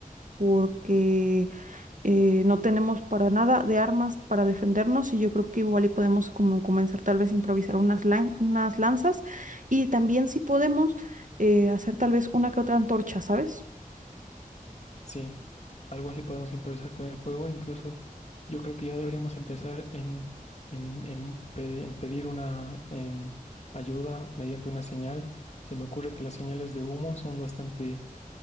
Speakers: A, on the right; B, on the left.
A: porque eh, no tenemos para nada de armas para defendernos y yo creo que igual y podemos como comenzar tal vez a improvisar unas, lan- unas lanzas y también si podemos eh, hacer tal vez una que otra antorcha, ¿sabes?
B: Sí, algo así podemos improvisar con el fuego. Incluso yo creo que ya deberíamos empezar en, en, en pe- en pedir una en ayuda mediante una señal. Se me ocurre que las señales de humo son bastante